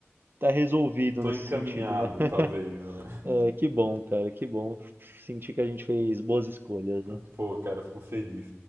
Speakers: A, on the right; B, on the right.
A: tá resolvido
B: Tô
A: nesse
B: encaminhado,
A: sentido, né? <laughs>
B: talvez, né?
A: É, que bom, cara, que bom sentir que a gente fez boas escolhas,
B: <laughs>
A: né?
B: Pô, cara, fico feliz.